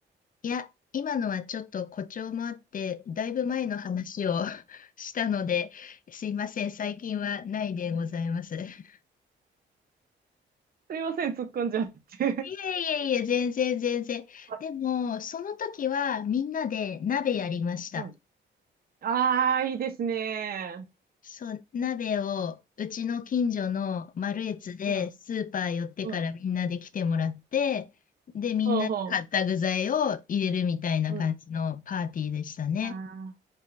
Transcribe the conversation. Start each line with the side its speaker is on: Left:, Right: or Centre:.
Left: いや、今のはちょっと誇張もあって、だいぶ前の話を <laughs> したので、すいません、最近はないでございます。<laughs>
Right: すみません、突っ込んじゃって。
Left: いえいえいえ、全然全然。
Right: <laughs> はい
Left: でも、その時はみんなで鍋やりました。
Right: うんああ、いいですね。
Left: そう、鍋をうちの近所のマルエツでスーパー寄ってからみんなで来てもらって、
Right: うん、うん。
Left: で、みんなで買った具材を入れるみたいな感じのパーティーでしたね。
Right: ほうほう。うん。ああ、